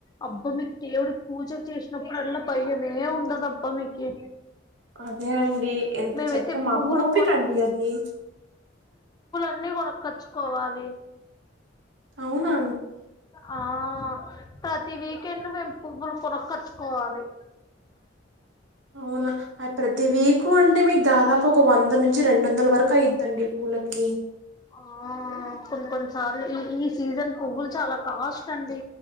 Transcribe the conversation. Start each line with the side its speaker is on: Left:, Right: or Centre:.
Left: అబ్బ మీకు ఎవడు పూజ చేసినప్పుడల్లా పయ్యమే ఉండదబ్బ ఇమెకి
Right: అదే అండి ఎంత
Left: మేమైతే
Right: చెప్పు మా
Left: పువ్వులు
Right: అమ్మ ఓపికండి అది.
Left: అన్నీ కొనుక్కోచుకోవాలి.
Right: అవునా
Left: ఆ ప్రతి వీకెండ్ మేము పువ్వులు కొనుకొచ్చుకోవాలి.
Right: అవునా ఆ ప్రతి వీకు అంటే మీకు దాదాపు ఒక వంద నిమ్ రెండు వందల వరకు అయిద్దండి పూలకి.
Left: ఆ కొన్ని కొన్ని సార్లు ఈ ఈ సీజన్ పువ్వులు చాలా కాస్ట్ అండి